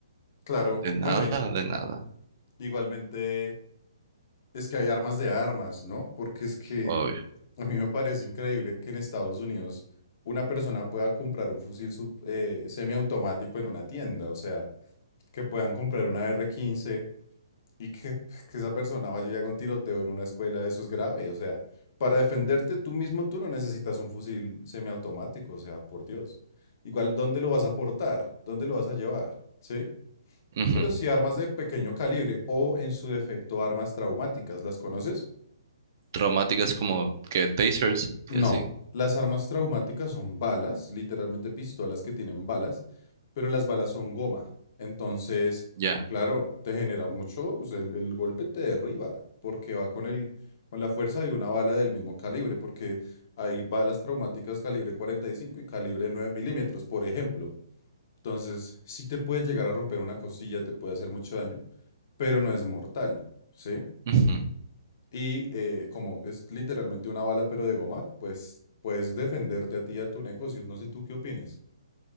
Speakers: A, on the left; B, on the right.
A: claro.
B: De nada,
A: Bueno, y
B: de nada.
A: igualmente es que hay armas de armas, ¿no? Porque es que
B: Obvio.
A: A mí me parece increíble que en Estados Unidos una persona pueda comprar un fusil sub- eh, semiautomático en una tienda, o sea, que puedan comprar una r quince y que, <laughs> que esa persona vaya y haga un tiroteo en una escuela, eso es grave, o sea, para defenderte tú mismo tú no necesitas un fusil semiautomático, o sea, por Dios. Igual, ¿dónde lo vas a portar? ¿Dónde lo vas a llevar? ¿Sí?
B: Ujú.
A: Pero si armas de pequeño calibre o en su defecto armas traumáticas, ¿las conoces?
B: Traumáticas como que tasers
A: No,
B: y así.
A: las armas traumáticas son balas, literalmente pistolas que tienen balas, pero las balas son goma. Entonces,
B: Ya.
A: claro, te genera mucho, o sea, el, el golpe te derriba, porque va con el, con la fuerza de una bala del mismo calibre, porque hay balas traumáticas calibre cuarenta y cinco y calibre 9 milímetros, por ejemplo. Entonces, sí te puede llegar a romper una costilla, te puede hacer mucho daño, pero no es mortal, ¿sí?
B: Ujú.
A: Y eh, como es literalmente una bala, pero de goma, pues puedes defenderte a ti y a tu negocio. No sé tú qué opines.